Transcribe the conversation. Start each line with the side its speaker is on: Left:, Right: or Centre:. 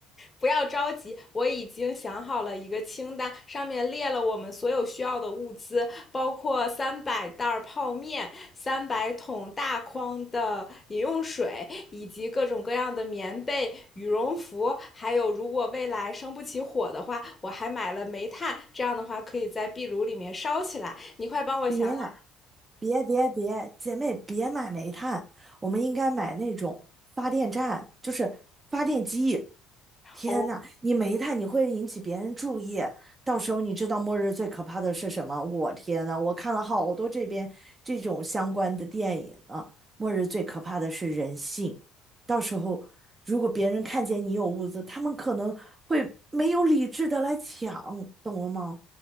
Left: 不要着急，我已经想好了一个清单，上面列了我们所有需要的物资，包括三百袋泡面、三百桶大筐的饮用水，以及各种各样的棉被、羽绒服，还有如果未来生不起火的话，我还买了煤炭，这样的话可以在壁炉里面烧起来。你快帮我想想。
Right: 别呀、别别别，姐妹别买煤炭，我们应该买那种发电站，就是发电机。天呐，
Left: 哦，
Right: 你煤炭你会引起别人注意，到时候你知道末日最可怕的是什么？我天呐，我看了好多这边这种相关的电影啊，末日最可怕的是人性。到时候如果别人看见你有物资，他们可能会没有理智的来抢，懂了吗？